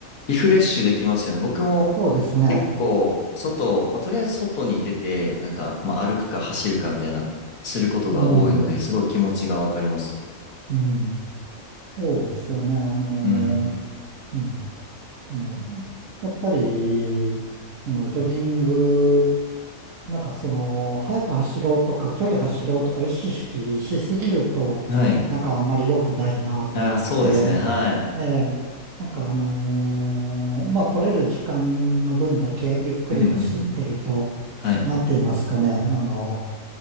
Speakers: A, on the left; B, on the right.
A: リフレッシュできますよね。僕も
B: そうですね。
A: 結構外、まあ、とりあえず外に出て、なんか、まあ、歩くか走るかみたいな、することが多いので、
B: うん、
A: すごい気持ちがわかります。
B: うん、そうですよね。あの、
A: うん。
B: うん。あのやっぱり、あの、ジョギング、なんかその、速く走ろうとか、距離走ろうとか意識しすぎると、
A: はい。
B: なんかあんまり良くないなと思って、
A: ああそうですね。はい。
B: ええ、なんかあのーまあ、取れる時間の分だけゆっくり走ってると、
A: うんうんうん。はい。
B: なんて言いますかね、あの、